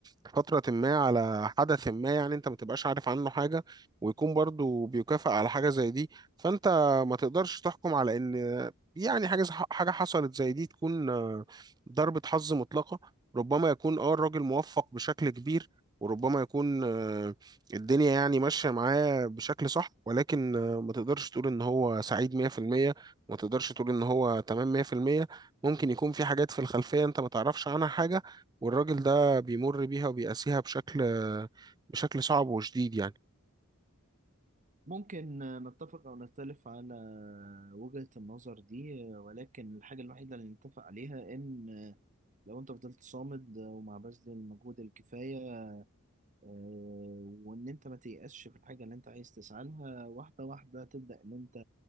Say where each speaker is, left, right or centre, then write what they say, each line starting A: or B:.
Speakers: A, on the right (about 20°); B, on the right (about 35°).
A: فترة ما على حدث ما يعني أنت ما تبقاش عارف عنه حاجة ويكون برضو بيكافئ على حاجة زي دي فأنت ما تقدرش تحكم على إن يعني حاجة حاجة حصلت زي دي تكون آه، ضربة حظ مطلقة ربما يكون اه الراجل موفق بشكل كبير وربما يكون آه، الدنيا يعني ماشية معاه بشكل صح ولكن آه، ما تقدرش تقول ان هو سعيد 100% ما تقدرش تقول ان هو تمام 100% ممكن يكون في حاجات في الخلفية انت ما تعرفش عنها حاجة والراجل ده بيمر بيها وبيقاسيها بشكل بشكل صعب وشديد يعني
B: ممكن آه، نتفق أو نختلف على وجهة النظر دي آه، ولكن الحاجة الوحيدة اللي نتفق عليها إن آه، لو أنت فضلت صامد آه، وما بذل المجهود الكفاية آه، وان انت ما تيأسش في الحاجه اللي انت عايز تسعى لها واحده واحده تبدا ان انت